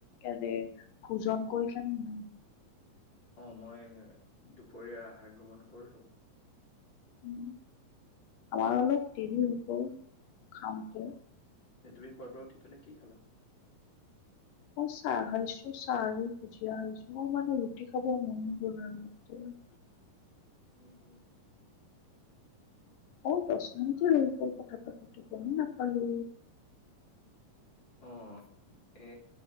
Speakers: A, on the left (about 75°); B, on the left (about 35°).
A: এৰে ভোজন কৰিছা নে নাই?
B: অ মই দুপৰীয়া আহাৰ গ্ৰহন নকৰিলো।
A: উ আমাৰ অলপ দেৰি হব, খাওঁতে।
B: স তুমি খোৱাৰ পৰা উঠি পেলাই কি খালা?
A: মই চাহ খাইছো, চাহ আৰু ভুজিয়া খাইছো। মই মানে ৰুটি খাব মন নগল আৰু <inaudible>
B: উ <inaudible> <inaudible>
A: অ দছ মিনিট <inaudible> কথা পতিলো গুম নাপালো।
B: অ এ